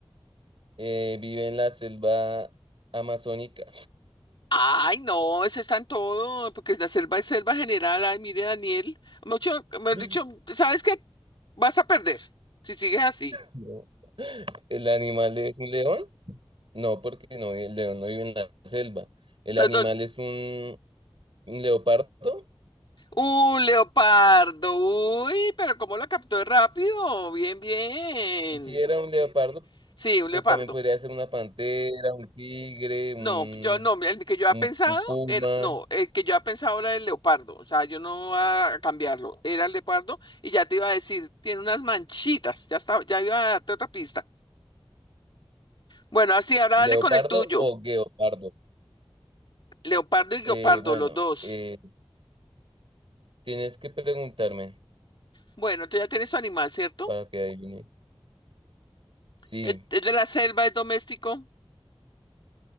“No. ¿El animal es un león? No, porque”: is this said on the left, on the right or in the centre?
Right